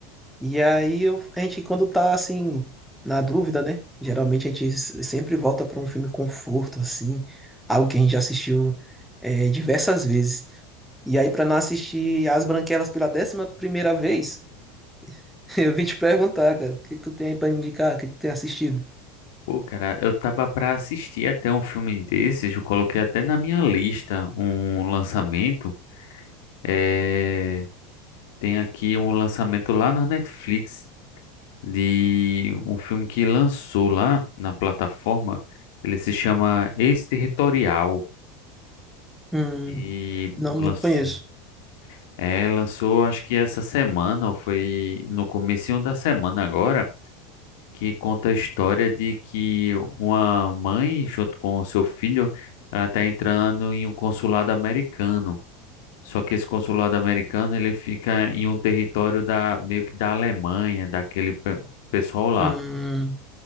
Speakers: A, in the centre; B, on the left.
A: E aí eu, a gente, quando tá assim, na dúvida, né? Geralmente a gente s- sempre volta pra um filme conforto, assim, algo que a gente já assistiu é, diversas vezes. E aí, pra não assistir As Branquelas pela décima primeira vez, <laughs> eu vim te perguntar, cara, o que que tu tem aí pra me indicar? O que que tu tem assistido?
B: Pô, cara, eu tava pra assistir até um filme desses, eu coloquei até na minha lista um lançamento. É... Tem aqui um lançamento lá na Netflix de um filme que lançou lá na plataforma. Ele se chama Ex-Territorial.
A: Hum,
B: E
A: não,
B: lançou,
A: não conheço.
B: é, lançou acho que essa semana, ou foi no comecinho da semana agora. que conta a história de que uma mãe, junto com o seu filho, ela está entrando em um consulado americano. Só que esse consulado americano ele fica em um território da meio que da Alemanha, daquele pe- pessoal lá.
A: Hum,